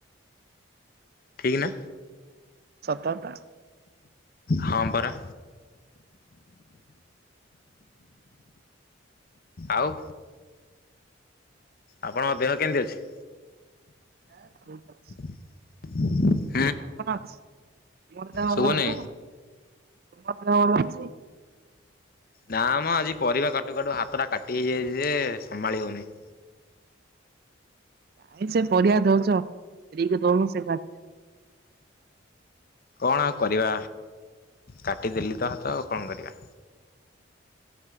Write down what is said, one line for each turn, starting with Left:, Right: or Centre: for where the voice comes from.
Left: ଠିକ୍ ନା।
Right: ସତ ଟା।
Left: ହଁ ପରା। ଆଉ ଆପଣଙ୍କ ଦେହ କେମିତି ଅଛି?
Right: ଏ ଠିକ୍ ଅଛି।
Left: <unintelligible>
Right: ମୋର କଣ ଅଛି, ତୁମର ଦେହ
Left: ଶୁଭୁନି
Right: ଭଲ ଅଛି ତ ତୁମର ଦେହ ଭଲ ଅଛି?
Left: ନା ମ ଆଜି ପରିବା କାଟୁ କାଟୁ ହାତଟା କାଟି ହେଇଯାଇଚି ଯେ ସମାଳି ହଉନି।
Right: କାଇଁ ସେ ପରିବା ଦଉଚ ସ୍ତ୍ରୀ କୁ ଦଉନ ସେ କା
Left: କଣ ଆଉ କରିବା, କାଟିଦେଲି ତ ହାତ ଆଉ କଣ କରିବା।